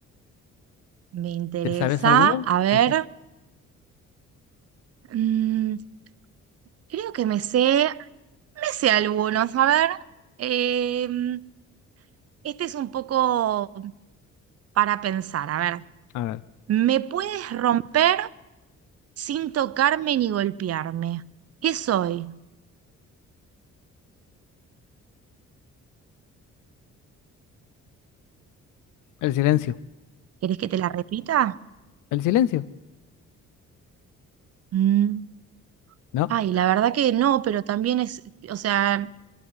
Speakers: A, on the right (about 55°); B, on the left (about 85°).
A: Me interesa,
B: ¿Te sabes alguno?
A: a ver,
B: Ese-
A: mm, creo que me sé, me sé algunos, a ver, em, este es un poco para pensar, a ver,
B: A ver,
A: ¿me puedes romper sin tocarme ni golpearme? ¿Qué soy?
B: el silencio.
A: ¿Querés que te la repita?
B: ¿El silencio?
A: Mm.
B: No.
A: Ay, la verdad que no, pero también es, o sea,